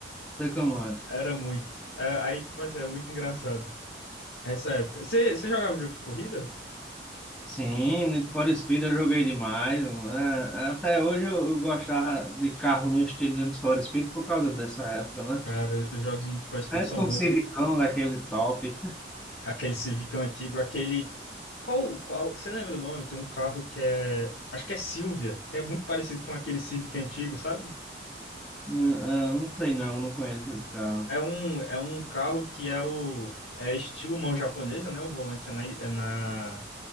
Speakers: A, in the centre; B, on the left.
A: Sei como é.
B: Era muito. É, aí, tipo assim, é muito engraçado. Essa época. Você você jogava jogo de corrida?
A: Sim, Need for Speed eu joguei demais. mano. É, é, Até hoje eu, eu gostava de carro no estilo de Need for Speed por causa dessa época, né?
B: Cara, os jogos de Need for Speed
A: É
B: são
A: um
B: bons.
A: Civicão daquele top.
B: Aquele Civicão antigo, aquele. Qual, qual, você lembra o nome? Tem um carro que é, acho que é Silvia, que é muito parecido com aquele Civic antigo, sabe?
A: Hum, ah, Não sei não, não conheço esse carro.
B: É um, é um carro que é o, é estilo mão japonesa, né? O volante é na, é na,